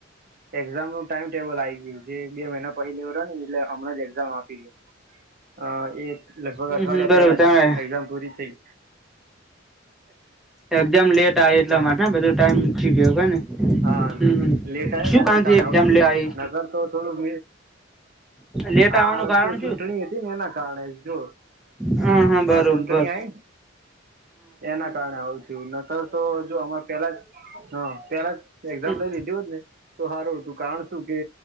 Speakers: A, on the right (about 45°); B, in the centre.
A: એક્ઝામ નું ટાઈમ ટેબલ આવી ગયું જે બે મહિના પહેલે એું એટલે હમણા જ એક્ઝામ આપી ગય અ એ લગભગ
B: હમ
A: અઠવાડિયા
B: હમ બરોબર
A: પેલા
B: તમે
A: જ એક્ઝામ પૂરી થઈ
B: એક્ઝામ લેટ આ એટલા
A: હા
B: માટે ને બધો ટાઈમ મી ગયો ક ને
A: હા
B: હમ
A: લેટ આવે
B: શું
A: ને એના
B: કામથી
A: કારણે
B: એક્ઝામ
A: આવજું
B: લે આવી
A: નગર તો થોડુંક
B: લેટ
A: હા
B: આવવાનું કારણ
A: તો ચૂંટણી
B: શું
A: હતી ને એના કારણે જો
B: હા હા બરોબબર
A: ચૂંટણી આઈ એના કારણે આવું છ નતર તો જો અ પેલા જ હ પેલા જ એક્ઝામ
B: હમ
A: લઈ લીધી હો જ ને તો સારું હતું કારણ શું કે